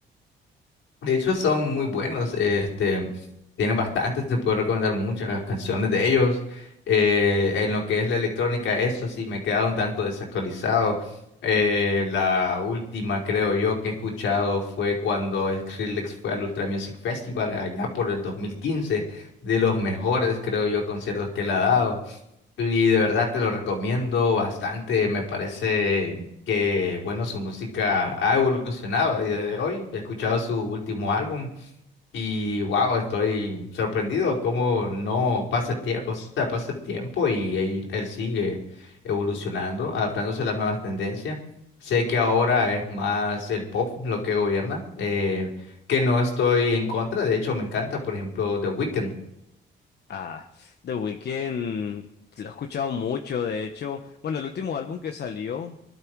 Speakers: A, on the left (about 75°); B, on the left (about 55°).
A: De hecho, son muy buenos. Este, tienen bastantes, te puedo recomendar muchas canciones de ellos. Eh, en lo que es la electrónica, eso sí, me he quedado un tanto desactualizado. Eh, la última, creo yo, que he escuchado fue cuando Skrillex fue al Ultra Music Festival allá por el 2015, de los mejores, creo yo, conciertos que le ha dado. Y de verdad te lo recomiendo bastante. Me parece que, bueno, su música ha evolucionado a día de hoy. He escuchado su último álbum y, wow, estoy sorprendido cómo no pasa el tiempo, o sea, pasa el tiempo y él, él sigue evolucionando, adaptándose a las nuevas tendencias. Sé que ahora es más el pop lo que gobierna, eh, que no estoy en contra. De hecho, me encanta, por ejemplo, The Weeknd.
B: Ah, The Weeknd lo he escuchado mucho, de hecho. Bueno, el último álbum que salió,